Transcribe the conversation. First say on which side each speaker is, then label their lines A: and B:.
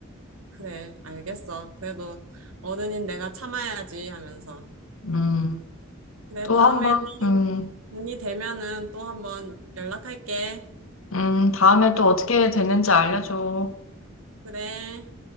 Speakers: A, on the right; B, on the left.
A: 그래, 알겠어. 그래도 어른인 내가 참아야지 하면서.
B: 음,
A: 그래,
B: 또
A: 다음에
B: 한 번,
A: 또
B: 음,
A: 돈이 되면은 또 한번 연락할게.
B: 음, 다음에 또 어떻게 되는지 알려줘.
A: 그래.